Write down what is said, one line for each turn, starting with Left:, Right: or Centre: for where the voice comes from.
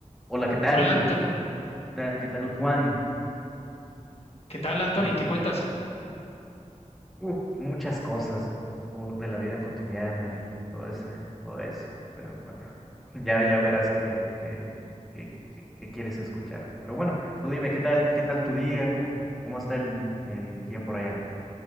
Centre: Hola, ¿qué tal?
Left: Hola Anthony,
Centre: ¿Qué tal? ¿Qué tal, Juan?
Left: ¿qué tal Anthony?
Centre: ¿Cómo es-
Left: ¿Qué cuentas?
Centre: Uf, muchas cosas o de la vida cotidiana y todo eso, todo eso. Pero bueno, <laughs> ya, ya verás que, que, que- que- que quieres escuchar. Pero bueno, tú dime, ¿qué tal? ¿Qué tal tu día? ¿Cómo, cómo está el, el día por allá?